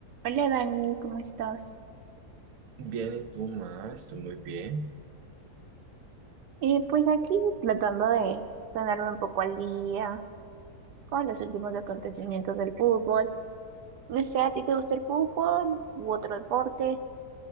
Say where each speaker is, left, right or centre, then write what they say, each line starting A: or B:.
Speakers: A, on the right; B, on the right.
A: Hola Dani, ¿cómo estás?
B: Bien, ¿y tú, Mar? Estoy muy bien.
A: Eh, pues aquí tratando de ponerme un poco al día con los últimos acontecimientos del fútbol. No sé, ¿a ti te gusta el fútbol u otro deporte?